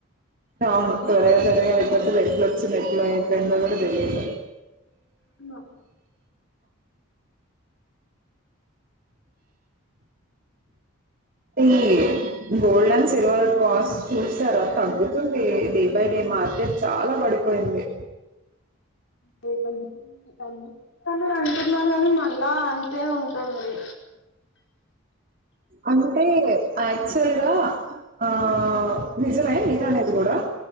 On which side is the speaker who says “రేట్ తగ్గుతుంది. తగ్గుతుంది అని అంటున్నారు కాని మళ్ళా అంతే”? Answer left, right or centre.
Left